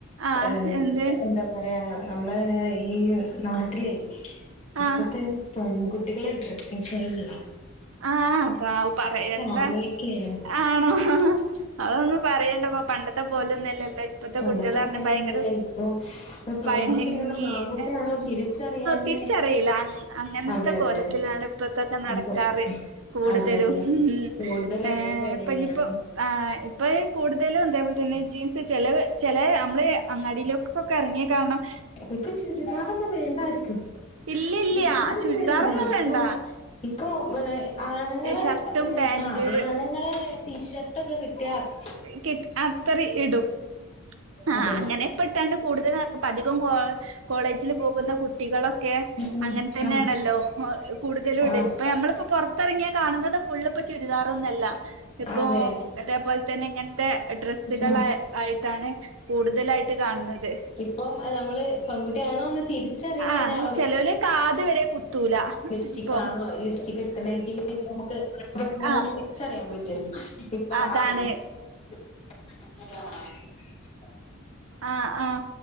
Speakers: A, on the right; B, on the left.
A: ആഹ്
B: ഏ
A: എന്ത്
B: എന്താ പറയാ നമ്മളെ ഈ നാട്ടിലെ ഇപ്പത്തെ
A: ആഹ്
B: പെൺകുട്ട ട്ടികളെ ഡ്രെസിങ് ചെയ്യ
A: ആഹ് കാവൂ പറയണ്ട
B: ആലോയിക്കേനു
A: ആണോ അതൊന്നും പറ പറയണ്ടപ്പോ പണ്ടത്തെ പോലൊന്നെല്ല ഇപ്പത്തെ
B: പണ്ടത്തെ
A: കുട്ട്യാള് പറഞ്ഞ
B: പോലെയൊന്നല്ല
A: ഭയങ്കര
B: ഇപ്പൊ പെൺകുട്ടിയാണോ
A: പയങ്ങി
B: ആൺകുട്ടിയാണോ
A: ഏ
B: തിരിച്ചറിയാന്
A: തിരിച്ചറില്ല അ അങ്ങനത്തെ
B: അതെ
A: കോലത്തിലാണ്
B: അതെ
A: ഇപ്പ ഇതൊക്കെ നടക്കാറ്
B: ഇപ്പൊ
A: കൂടുതലും
B: അതെ അതെ
A: ഉം
B: കൂടുതൽ
A: ഏ
B: അതേപോലെന്നെയാണ്
A: ഇപ്പൊ ഇനിയിപ്പോ ആഹ് ഇപ്പൊ കൂടുതലും ഇതേപോലത്തെന്നെ ജീൻസ് ചെിലവ് ചെലെ നമ്മള് അങ്ങാടിയിലൊക്ക് ഇപ്പൊക്കെ ഇറങ്ങികാണണം
B: ഇപ്പൊ ചുരിദാറൊന്നും വേണ്ടായിരിക്കും
A: ഇല്ല ഇല്ല
B: ചുരിദാറോന്നും
A: ചുരിദാറൊന്നും
B: വേണ്ട ഇപ്പൊ
A: വേണ്ട
B: ഇ ഇപ്പൊ ആണുങ്ങളെ
A: ഷർട്ടും
B: ഉം
A: പാന്റ്
B: ആഹ് ആണുങ്ങളെ ടീഷർട്ട് ഒക്കെ കിട്ടിയ അപ്പ്
A: കി അത്ര ഇടും ആഹ
B: അതെ
A: അങ്ങനെ പ്പെട്ടാണ്ട് കൂടുതലും അധികം കോ കോളേജിൽ പോകുന്ന കുട്ടികളൊ ക്കെ
B: ഉം
A: അങ്ങനെ തന്നെയാണല്ലോ
B: ആഹ്
A: കൂടുതലും ഇടല്
B: ആഹ്
A: ഇപ്പൊ ഞമ്മളിപ്പോ പുറത്തിറങ്ങിയാ കാണുന്നത് ഫുള്ളും ഇപ്പൊ ചുരിദാറൊന്നല്ല ഇപ്പൊ
B: അതെ
A: ഇതേപോലെ തന്നെ ഇങ്ങനത്തെ ഡ്രെസ്സുകളെ
B: ഉം
A: ആയിട്ടാണ് കൂടുതലായിട്ട് കാണുന്നത്
B: ഇപ്പം നമ്മള് പെൺകുട്ടിയാണോന്ന് തിരിച്ചറിലെന്നെ
A: ആഹ്
B: അവ
A: ചെലോല് കാത് വരെ കുത്തൂല
B: ലിപ്സ്റ്റിക്
A: ഇപ്പം
B: ആണോ ലിപ്സ്റ്റിക് ഇട്ടന് <unintelligible> നമുക്ക്
A: ആഹ്
B: തിരിച്ചറിയാൻ പറ്റല്ലോ ഇപ്പൊ <unintelligible>
A: അതാണ്
B: <unintelligible>
A: ആഹ ആഹ